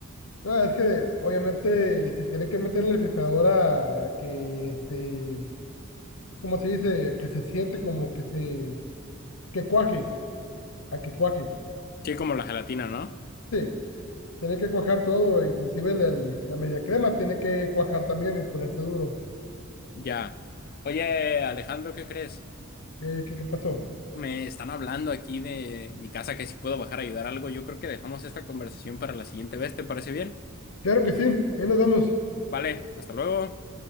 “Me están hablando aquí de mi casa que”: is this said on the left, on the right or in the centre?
Left